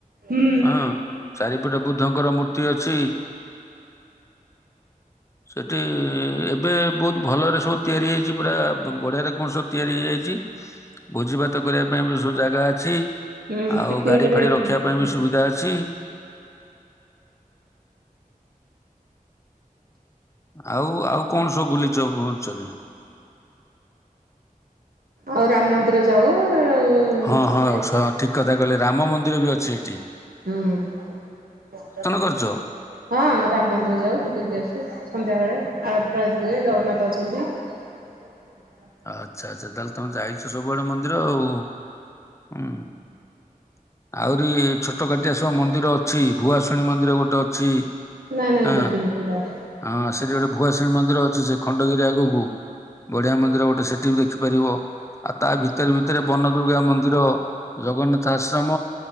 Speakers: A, on the right (about 85°); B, on the left (about 20°).
A: ହୁଁ
B: ଅଁ ଚାରିପଟେ ବୁଦ୍ଧଙ୍କର ମୂର୍ତ୍ତି ଅଛି। ସେଠି ଏବେ ବହୁତ ଭଲରେ ସବୁ ତିଆରି ହେଇଚି ପୁରା ବ ବଢ଼ିଆରେ। କଣସ ତିଆରି ହେଇଯାଇଛି ଭୋଜି ଭାତ କରିବା ପାଇଁ ବି ସବୁ ଜାଗା ଅଛି।
A: ହୁଁ
B: ଆଉ
A: ପିକନିକ
B: ଗାଡି
A: କରିବାକୁ
B: ଫାଡ଼ି
A: ଭଲ
B: ରଖିବା
A: ଲାଗେ।
B: ପାଇଁ ବି ସୁବିଧା ଅଛି। ଆଉ ଆଉ କଣ ସବୁ ବୁଲିଛ ଭୁବନେଶ୍ଵରେ?
A: ଆଉ ରାମ ମନ୍ଦିର ଯାଉ ଆଉ ହୁଁ
B: ହଁ ହଁ ସ ଠିକ କଥା କହିଲେ ରାମ ମନ୍ଦିର ବି ଅଛି ହେଟି।
A: ହୁଁ।
B: କରିଛ?
A: ହଁ ରାମ ମନ୍ଦିର ଯାଉ ବୁଲିକି ଆସୁ ସନ୍ଧ୍ୟା ବେଳେ ଆଳତି ଫାଳତି ହୁଏ ଜଗନ୍ନାଥ ଅଛନ୍ତି। <unintelligible>
B: ଆଚ୍ଛା ଆଚ୍ଛା ତାହେଲେ ତମେ ଯାଇଛ ସବୁଆଡ଼େ ମନ୍ଦିର ଆଉ। ଉଁ ଆହୁରି ଛୋଟକାଟିଆ ସବୁ ମନ୍ଦିର ଅଛି ଭୁଆଶୁଣୀ ମନ୍ଦିର ଗୋଟେ ଅଛି ଇଁ।
A: ନାଇଁ ନାଇଁ ଦେଖିନି ସେଗୁଡା।
B: ହଁ ସେଠି ଗୋଟେ ଭୁଆସିଣୀ ମନ୍ଦିର ଅଛି ସେ ଖଣ୍ଡଗିରି ଆଗକୁ ବଢ଼ିଆ ମନ୍ଦିର ଗୋ ସେଠି ବି ଦେଖିପାରିବ ଆଉ ତା ଭିତରେ ଭିତରେ ବନ ଦୁର୍ଗା ମନ୍ଦିର ଜଗନ୍ନାଥ ଆଶ୍ରମ